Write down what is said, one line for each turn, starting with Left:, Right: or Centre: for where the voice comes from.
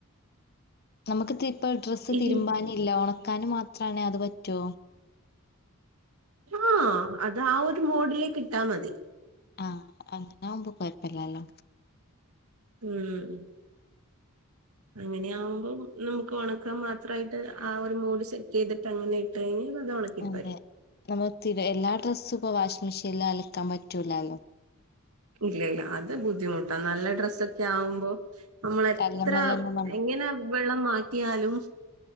Left: നമുക്ക് ഇപ്പൊ ഡ്രസ്സ്
Right: ഇനി
Left: തിരുമ്പാനി ല്ല ഉണക്കാനും മാത്രണേ അത് പറ്റ്വോ?
Right: ആഹ് അത് ആ ഒരു മോഡിലേ ക്കിട്ടാ മതി.
Left: ആഹ് അങ്ങന ആവുമ്പോ കൊഴപ്പല്ലല്ലോ.
Right: ഉം അങ്ങനെ ആകുമ്പോം നമുക്ക് ഉണക്കാൻ മാത്രായിട്ട് ആ ഒരു മോഡ് സെറ്റ് ചെയ്തിട്ട് അങ്ങനെ ഇട്ട് കഴിഞ്ഞാൽ അത് ഉണക്കിത്തരും
Left: അങ്ങനെ നമ്മളിട്ടീന എല്ലാ ഡ്രസ്സും ഇപ്പ വാഷിംഗ് മെഷീനില് അലക്കാൻ പറ്റൂലല്ലോ
Right: ഇല്ലല്ല അത് ബുദ്ധിമുട്ടാ നല്ല ഡ്രസ്സൊക്കെ ആവുമ്പോ നമ്മളെത്ര
Left: കല്ലുമ്മല് തന്നെ നമ്മ-
Right: എങ്ങനെ വെള്ളം മാറ്റിയാലും